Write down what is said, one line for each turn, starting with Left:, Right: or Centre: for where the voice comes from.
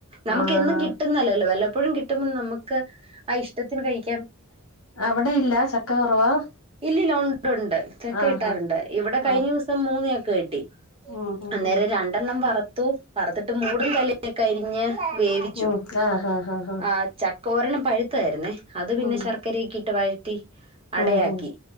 Right: നമുക്കെന്നും
Left: ആഹ്
Right: കിട്ടുന്നല്ലല്ലോ വല്ലപ്പോഴും കിട്ടുമ്പോ നമ്മക്ക് ആ ഇഷ്ടത്തിന് കയ്
Left: അവടെ ഇല്ല ചക്ക കൊറവാ?
Right: ഇല്ലില്ല ഒണ്ട് ണ്ട് ചക്ക
Left: ആഹ്
Right: കിട്ടാറുണ്ട്
Left: ആഹ്
Right: ഇവിടെ കയ്ഞ്ഞുസം
Left: ആഹ്
Right: മൂന്ന് ച ക്ക കിട്ടി
Left: ഉം ഉം
Right: അന്നേരം
Left: ഉം
Right: രണ്ടെണ്ണം വറത്തു വറത്തിട്ട് മൂടും തലെ ഒക്കെ അരിഞ്ഞ് വേവിച്ചു
Left: ഉം ആഹ് ആഹ് ആഹ് ആഹ്
Right: ആ ച ഒരെണ്ണം പഴ്ത്തായിര്ന്നേ അത് പിന്നെ
Left: ഉം
Right: ശർക്കരെകിട്ട് വയ അടയാക്കി
Left: ഉം ഉം